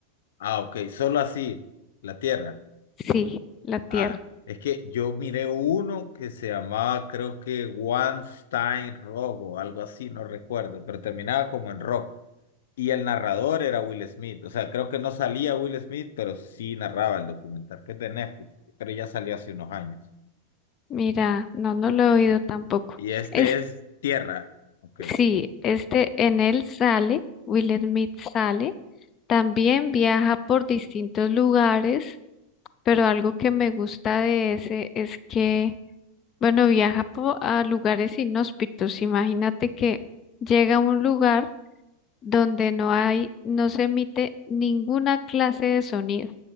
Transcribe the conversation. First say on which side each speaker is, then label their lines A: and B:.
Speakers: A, on the left; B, on the left.
A: Ah, ok, solo así, la tierra.
B: Sí, la Tierra.
A: Ah, es que yo miré uno que se llamaba, creo que One Stein Rock o algo así, no recuerdo, pero terminaba como en rock. Y el narrador era Will Smith. O sea, creo que no salía Will Smith, pero sí narraba el documental, que es de Netflix, pero ya salió hace unos años.
B: Mira, no, no lo he oído tampoco.
A: Y este
B: Es,
A: es Tierra. Ok.
B: sí, este en él sale, Will Smith sale, también viaja por distintos lugares, pero algo que me gusta de ese es que, bueno, viaja po- a lugares inhóspitos. Imagínate que llega a un lugar donde no hay, no se emite ninguna clase de sonido.